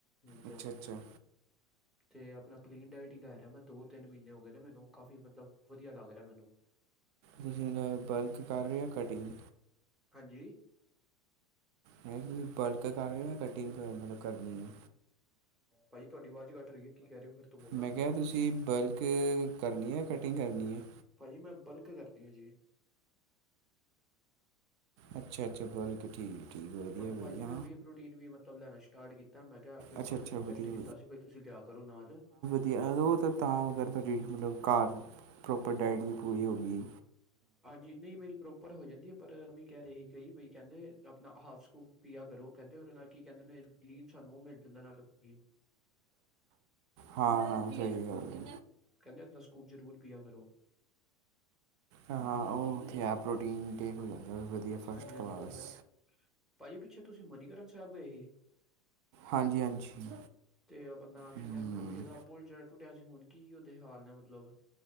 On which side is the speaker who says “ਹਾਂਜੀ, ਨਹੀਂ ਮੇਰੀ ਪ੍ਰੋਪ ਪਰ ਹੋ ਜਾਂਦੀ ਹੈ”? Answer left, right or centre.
Centre